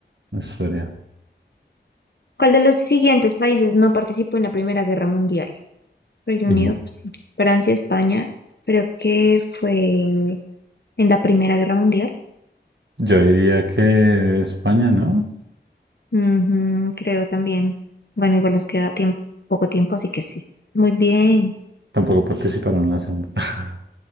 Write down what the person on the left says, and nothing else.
¿Cuál de los siguientes países no participó en la Primera Guerra Mundial? Reino
Unido, Francia, España. Creo que fue en la Primera Guerra Mundial.
Ujú, creo también. Bueno, igual nos queda tiempo, poco tiempo, así que sí. Muy bien. <laughs>